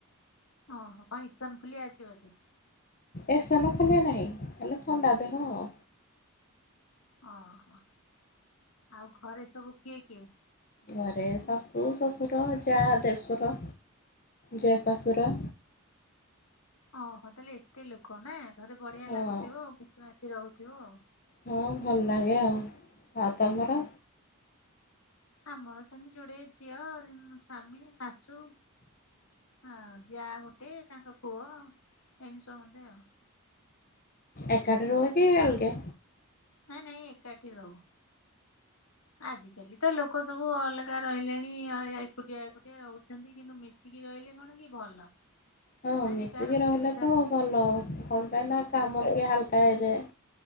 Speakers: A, on the left; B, on the left.
A: ଓହୋ କଣ ଇସନଫୁଲିଆ ଅଛି ବୋଧେ?
B: ଇସୁନୁଫୁଲିଆ ନାହିଁ, ହେଲେ ଥଣ୍ଡା ଦେହ ଆଉ।
A: ଓହୋ ଆଉ ଘରେ ସବୁ କିଏ କିଏ?
B: ଘରେ ଶାଶୁ, ଶଶୁର, ଯା, ଦେଢ଼ଶୁର। ଜେପାଶୁର।
A: ଓହୋ ତାହେଲେ ଏତେ ଲୋକ ନା ଘରେ ବଢିଆ
B: ହଁ
A: ଲାଗୁଥିବ ଆଉ ମିଶି ମାସି ରହୁଥିବ ଆଉ।
B: ହଁ ଭଲ ଲାଗେ। ଆଉ। ଆଉ ତମର?
A: ଆମର ସେମତି ଯୋଡେ ଝିଅ ଉଁ ସ୍ଵାମୀ, ଶାଶୁ। ଆଉ ଯା ଗୋଟେ ତାଙ୍କ ପୁଅ ଏମତି ସମସ୍ତେ ଆଉ।
B: ଏକାଠି ରୁହ କି ଅଲଗା?
A: ନା ନାଇଁ ଏକାଠି ରହୁ। ଆଜ କାଲି ତ ଲୋକ ସବୁ ଅଲଗା ରହିଲେଣି ଆଁ ଏକୁଟିଆ ଏକୁଟିଆ ରହୁଛନ୍ତି କିନ୍ତୁ ମିଶିକି ଅ ରହିଲେ କଣ କି ଭଲ।
B: ହଁ
A: ଆଜି
B: ମିଶିକି
A: କାହାର ଅସୁବିଧା
B: ରହିଲେ ତ ଭଲ, କଣ ପାଇଁ ନା କାମ ଟିକେ ହାଲକା ହେଇଯାଏ।